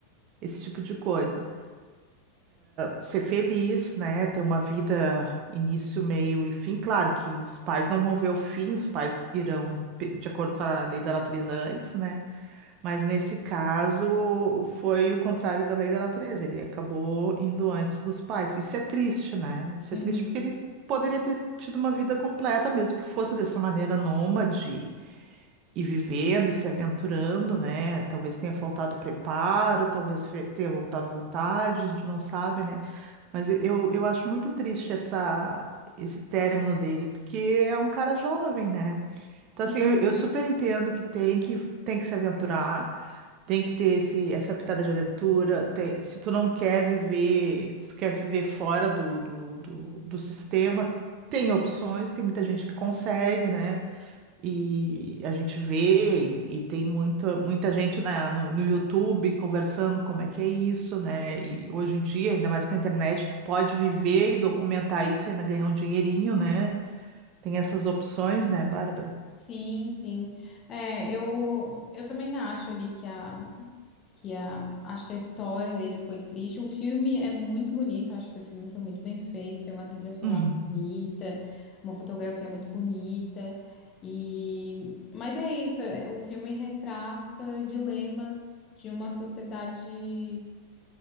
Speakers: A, on the right; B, on the left.
A: Esse tipo de coisa ser feliz, né? Ter uma vida início, meio e fim. Claro que os pais não vão ver o fim, os pais irão pe- de acordo com a lei da natureza antes, né? Mas nesse caso foi o contrário da lei da natureza. Ele acabou indo antes dos pais. Isso é triste, né? Isso
B: Uhum.
A: é triste porque ele poderia ter tido uma vida completa, mesmo que fosse dessa maneira nômade e vivendo e se aventurando, né? Talvez tenha faltado preparo, talvez fe- tenha voltado vontade, a gente não sabe, né? Mas e- eu, eu acho muito triste essa, esse término dele, porque é um cara jovem, né? Então,
B: Sim,
A: assim, eu, eu super entendo que tem que, tem que se aventurar, tem que ter esse, essa pitada de aventura. tem- se tu não quer viver, se tu quer viver fora do, do, do, do sistema, tem opções, tem muita gente que consegue, né? E a gente vê, e, e tem muita, muita gente na, no, no YouTube conversando como é que é isso, né? E hoje em dia, ainda mais com a internet, tu pode viver e documentar isso e ainda ganhar um dinheirinho, né? Tem essas opções, né, Bárbara?
B: sim, sim. É, eu, eu também acho ali que a, que a, acho que a história dele foi triste. O filme é muito bonito, acho que o filme foi muito bem feito, tem uma trilha sonora
A: Uhum,
B: bonita, uma fotografia muito bonita. E, mas é isso, é, o filme retrata dilemas de uma sociedade,